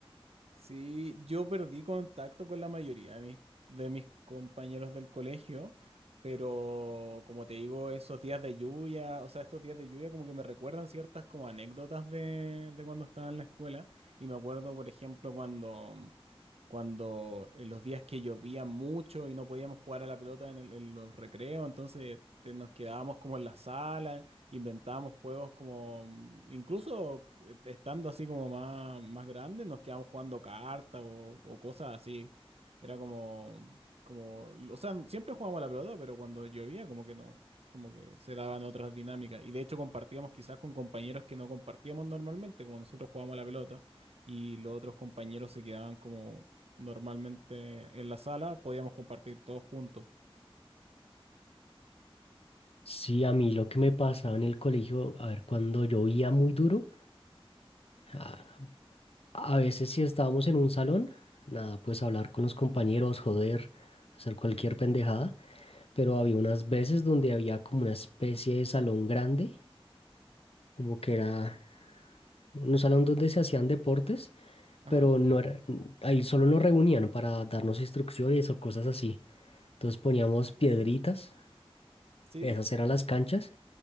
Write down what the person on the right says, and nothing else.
Sí, yo perdí contacto con la mayoría de mis, de mis compañeros del colegio, pero como te digo, esos días de lluvia, o sea, estos días de lluvia como que me recuerdan ciertas como anécdotas de, de cuando estaba en la escuela. Y me acuerdo, por ejemplo, cuando, cuando en los días que llovía mucho y no podíamos jugar a la pelota en, el- en los recreos, entonces te- nos quedábamos como en la sala inventábamos juegos como, mm, incluso eh, estando así como más, más grandes, nos quedábamos jugando cartas o, o cosas así. Era como, como, o sea, siempre jugábamos a la pelota, pero cuando llovía como que no, como que se daban otras dinámicas. Y de hecho compartíamos quizás con compañeros que no compartíamos normalmente, como nosotros jugábamos a la pelota y los otros compañeros se quedaban como normalmente en la sala, podíamos compartir todos juntos.
Ajá.
Sí.